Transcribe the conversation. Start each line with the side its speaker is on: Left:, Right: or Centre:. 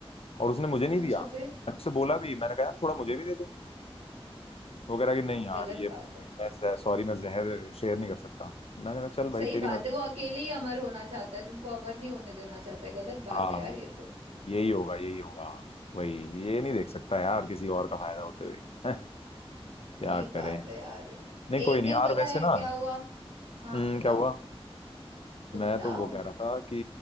Left: और उसने मुझे नहीं
Right: अच्छा
Left: दिया मैंने
Right: फिर
Left: उससे बोला भी मैंने कहा यार थोड़ा मुझे भी दे दे वो कह रहा कि नहीं यार
Right: गलत
Left: ये
Right: बात है
Left: मैं सॉरी मैं जहर शेयर नहीं कर सकता मैंने कहा चल भाई
Right: सही
Left: तेरी
Right: बात
Left: मर्जी
Right: है वो अकेले ही अमर होना चाहता है तुमको अमर नहीं होने देना चाहता है गलत बात
Left: हाँ
Right: है यार ये तो
Left: यही होगा यही होगा वही ये नहीं देख सकता यार किसी और का फायदा होते हुए हैं, क्या
Right: सही
Left: करें
Right: बात है यार एक
Left: नहीं कोई नहीं
Right: दिन
Left: यार
Right: पता
Left: वैसे
Right: है क्या
Left: ना
Right: हुआ हाँ
Left: हम्म,
Right: बताओ
Left: क्या हुआ
Right: तुम
Left: मैं
Right: बताओ
Left: तो वो कह रहा था कि